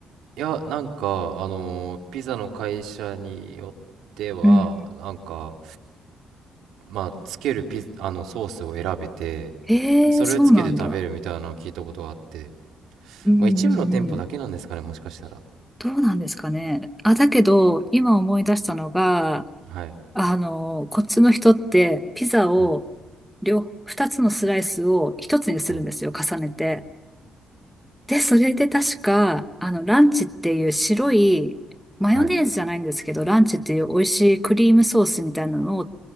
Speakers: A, on the right; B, in the centre.
A: いや、なんか、あのーピザの会社によっては、
B: うん、うんうん
A: なんか、まあ、つけるピ、あの、ソースを選べて、
B: へえ、
A: それをつけて食べるみたいなのを聞いたことがあって、
B: そうなんだ。うん、うん、
A: まあ、一部の店舗だけなんですかね、
B: うん。
A: もしかしたら。
B: どうなんですかね。あ、だけど、今思い出したのが、
A: はい、
B: あの、こっちの人って、ピザを、
A: はい、
B: 両、二つのスライスを一つにするんですよ、
A: はい、
B: 重ねて。で、それで確か、あの、ランチっていう白い、マヨネーズじゃないんですけど、
A: はい。
B: ランチっていう美味しいクリームソースみたいなのを